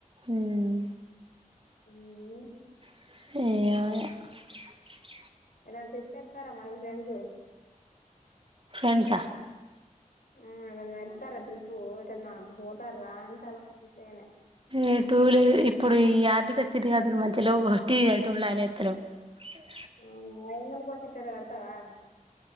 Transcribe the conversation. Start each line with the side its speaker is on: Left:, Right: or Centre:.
Right: ఉమ్.
Left: ఉమ్.
Right: <unintelligible>
Left: ఏలాంటి ట్రిప్ ఎత్తారా మన ఫ్రెండ్స్.
Right: ఎంత.
Left: ఆ ఎవలన్నా ఏళ్తార్రా ట్రిప్పు కు పోతన్న పోతర్ర అంటన్న ఉట్టిగనె.
Right: ఏ టూ లే ఇప్పుడు ఈ ఆర్థిక స్థితి గతులు మంచిగలేవ్ అటి ఎటు ప్లాన్ ఎత్తలేం. హె.
Left: ఆ అయినల్ పట్టు చీర కడతవా.